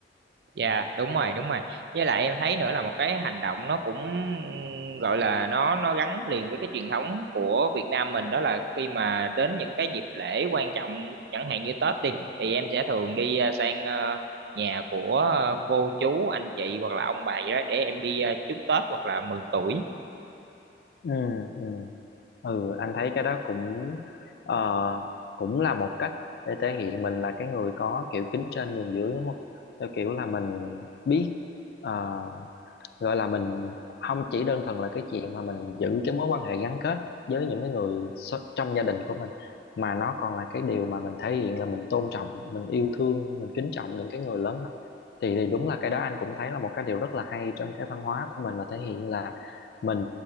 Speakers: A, on the right; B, on the left.
A: Dạ đúng rồi đúng rồi với lại em thấy nữa là một cái hành động nó cũng gọi là nó nó gắn liền với cái truyền thống của Việt Nam mình đó là khi mà đến những cái dịp lễ quan trọng chẳng hạn như Tết đi thì em sẽ thường đi ờ, sang ờ, nhà của ờ, cô chú anh chị hoặc là ông bà gì đó để em đi ờ, chúc Tết hoặc là mừng tuổi
B: ừ, ừ. ừ anh thấy cái đó cũng ờ, cũng là một cách để thể hiện mình là cái người có kiểu kính trên nhường dưới đúng không theo kiểu là mình biết ờ, gọi là mình không chỉ đơn thuần là cái chuyện mà mình giữ cái mối quan hệ gắn kết với những cái người so- trong gia đình của mình mà nó còn là cái điều mà mình thể hiện là mình tôn trọng mình yêu thương mình kính trọng những cái người lớn hơn thì thì đúng là cái đó anh cũng thấy là một cái điều rất là hay trong cái văn hóa của mình là thể hiện là mình